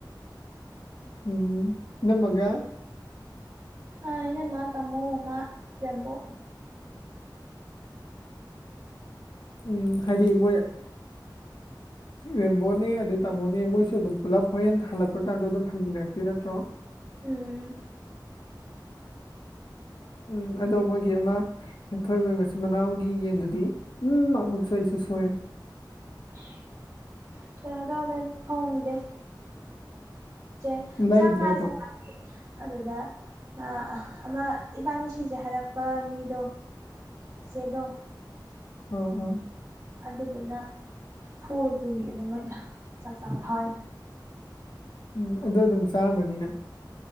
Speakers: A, on the left; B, on the right.
A: ꯎꯝ ꯅꯃꯒ
B: ꯑꯥ ꯏꯅꯃ ꯇꯃꯣ ꯃꯃꯥ ꯔꯝꯕꯣ
A: ꯎꯝ ꯍꯥꯏꯗꯤ ꯃꯣꯏ ꯔꯦꯝꯕꯣꯅꯦ ꯑꯗꯨ ꯇꯥꯃꯣꯅꯦ ꯃꯣꯏꯁꯨ ꯑꯗꯨꯝ ꯄꯨꯂꯞ ꯍꯣꯔꯦꯟ ꯍꯜꯂꯛꯄ ꯀꯥꯟꯗ ꯑꯗꯨꯝ ꯍꯪꯃꯤꯟꯅꯛꯇꯦ ꯅꯠꯇ꯭ꯔꯣ
B: ꯎꯝ
A: ꯎꯝ ꯑꯗꯣ ꯃꯣꯏꯒꯤ ꯑꯃ ꯍꯟꯊꯣꯏ ꯃꯣꯏ ꯃꯆꯤꯟ ꯃꯅꯥꯎꯒꯤ ꯌꯦꯟꯗꯨꯗꯤ ꯎꯝꯃꯨꯛ ꯑꯩꯁꯨ ꯁꯣꯏ
B: <unintelligible> ꯈꯪꯗꯦ ꯆꯦ
A: ꯂꯩꯗ꯭ꯔꯦ
B: ꯆꯥꯛ ꯆꯥꯁꯦ
A: ꯑꯗꯨꯝ
B: ꯑꯗꯨꯗ ꯑꯥ ꯑꯃ ꯏꯕꯥꯅꯤ ꯁꯤꯁꯦ ꯍꯥꯏꯔꯛꯄ ꯃꯤꯗꯣ ꯆꯦꯗꯣ
A: ꯎꯝ ꯎꯝ
B: ꯑꯗꯨꯗꯨꯅ ꯐꯨꯔ ꯄꯨꯨꯝꯈꯤꯕꯅꯦ ꯃꯣꯏꯗ ꯆꯥꯛ ꯆꯥ ꯍꯣꯢ
A: ꯎꯝ ꯑꯗꯨ ꯑꯗꯨꯝ ꯆꯥꯔꯝꯃꯅꯤ ꯅꯪ